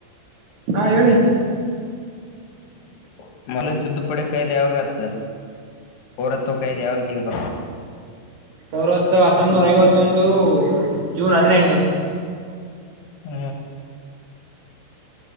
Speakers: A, on the right; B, on the left.
A: ಹಾ ಹೇಳಿ
B: <unintelligible> ತುದಪಡೆ ಕಾಯದ ಯಾವಾಗ ಪೌರತ್ವ ಕಾಯದ ಯಾವಾಗ ಜಗಬ
A: ಸಾವರತ್ ಹತ್ತೊಂಬನೂರ ಐವತ್ತೊಂದು ಜೂನ್ ಹದಿನೆಂಟು
B: ಹ್ಮ್